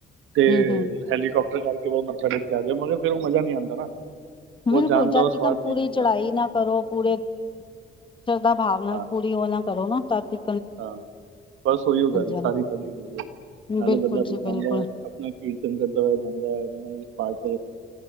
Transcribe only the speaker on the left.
ਹਮ ਹਮ
ਬਿਲਕੁਲ
ਜਾ
ਤੀਕਰ
ਪੂਰੀ
ਚੜ੍ਹਾਈ ਨਾ ਕਰੋ, ਪੂਰੇ ਸ਼ਰਧਾ ਭਾਵਨਾ
ਪੂਰੀ ਉਹ ਨਾ ਕਰੋ ਨਾ। ਤਾਂ ਫਿਰ
ਹਾਂਜੀ
ਬਿਲਕੁਲ
ਜੀ
ਬਿਲਕੁਲ